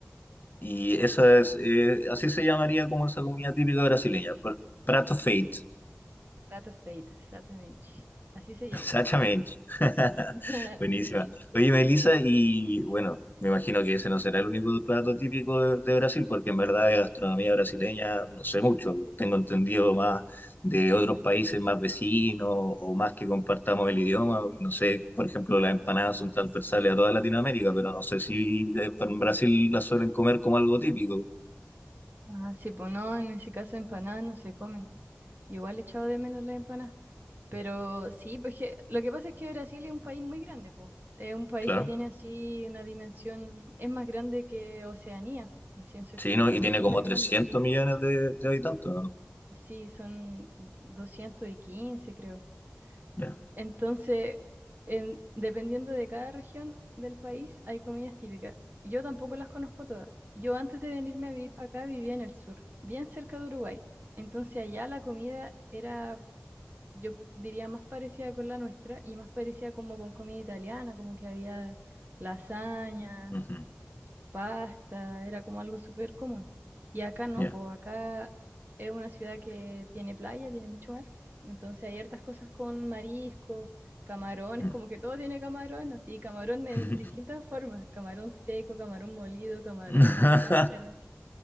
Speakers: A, on the left; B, on the right.
A: Y eso es, eh, así se llamaría como esa comida típica brasileña, pr- prato feito.
B: plato feito, exactamente. Así se llama.
A: Exactamente. <laughs>
B: <laughs>
A: Buenísima.
B: Sí.
A: Oye, Melissa, y bueno, me imagino que ese no será el único plato típico de, de Brasil, porque en verdad de gastronomía brasileña no sé mucho. Tengo entendido más de otros países más vecinos o más que compartamos el idioma. No sé, por ejemplo, las
B: Mm.
A: empanadas son transversales a toda Latinoamérica, pero no sé si eh, en Brasil las suelen comer como algo típico.
B: Ah, sí, pues no, en ese caso empanadas no se comen. Yo igual he echado de menos las empanadas. Pero sí, pues que, lo que pasa es que Brasil es un país muy grande, pues. Es un país
A: Claro.
B: que tiene así una dimensión, es más grande que Oceanía, así en su extensión,
A: Sí, ¿no? Y tiene
B: es súper
A: como
B: grande.
A: 300 millones de, de habitantes, ¿o ¿no?
B: Sí, son 215 creo.
A: Ya.
B: Entonces, en- dependiendo de cada región del país, hay comidas típicas. Yo tampoco las conozco todas. Yo antes de venirme a vivir para acá vivía en el sur, bien cerca de Uruguay. Entonces allá la comida era yo diría más parecida con la nuestra y más parecida como con comida italiana, como que había lasaña,
A: Ujú.
B: pasta, era como algo súper común. Y acá no,
A: Ya.
B: pues acá es una ciudad que tiene playa, tiene mucho mar, entonces hay hartas cosas con marisco, camarones,
A: Mm.
B: como que todo tiene camarón, así camarón en
A: <laughs>
B: distintas formas, camarón seco, camarón molido, camarón
A: <laughs>
B: con cáscara.